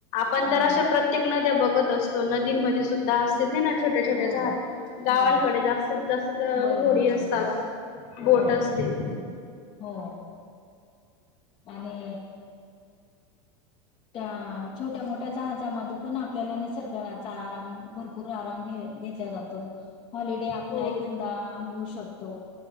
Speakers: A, on the left; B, on the left.
A: पण तर
B: हो
A: अशा प्रत्येक नद्या बघत असतो नदींमध्ये सुद्धा असतीत हाय ना छोट्या छोट्या
B: हो
A: जहाज गावांकडे
B: हो
A: जास्तीत जास्त
B: बरोबर
A: होडी असतात
B: बरोबर हो
A: बोट असते.
B: हो आणि त्या छोट्या मोठ्या जहाजामध्ये पण आपल्याला निसर्गाचा आराम भरपूर आराम घे -घेतला जात. तो. हॉलिडे आपला
A: हो
B: एखांदा होऊ शकतो